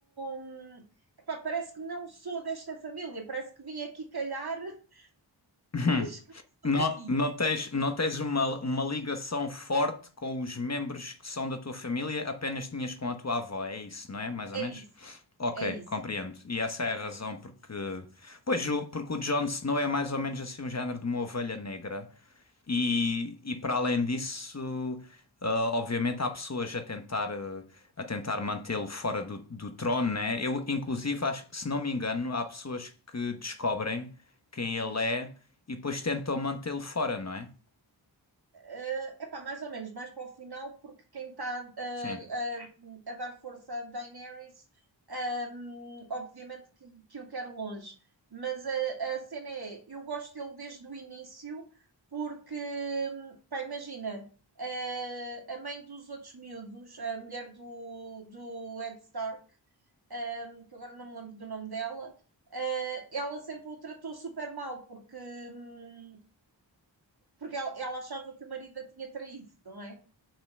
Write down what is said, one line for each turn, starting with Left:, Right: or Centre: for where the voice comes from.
Right: hum, epá, parece que não sou desta família, parece que vim aqui calhar, <laughs>
Left: <laughs>
Right: mas que não sou
Left: Não,
Right: daqui.
Left: não tens, não tens uma, uma ligação forte com os membros que são da tua família, apenas tinhas com a tua avó, é isso, não é? Mais ou
Right: É
Left: menos?
Right: isso,
Left: Ok,
Right: é isso.
Left: compreendo. E essa é a razão porque. Pois, o- porque o Jon Snow é mais ou menos assim um género de uma ovelha negra. E, e para além disso, ah, obviamente há pessoas a tentar, ah, a tentar mantê-lo fora do, do trono, né? Eu, inclusive, acho que, se não me engano, há pessoas que descobrem quem ele é e depois tentam mantê-lo fora, não é?
Right: é epá, mais ou menos, mais para o final, porque quem está a, a,
Left: Sim.
Right: a dar força a Daenerys, um, obviamente que, que o quer longe. Mas a, a cena é, eu gosto dele desde o início, porque, pá, imagina, eh, a mãe dos outros miúdos, a mulher do, do Ed Stark, ehm, que agora não me lembro do nome dela, eh, ela sempre o tratou super mal, porque hum, porque ela, ela achava que o marido a tinha traído, não é?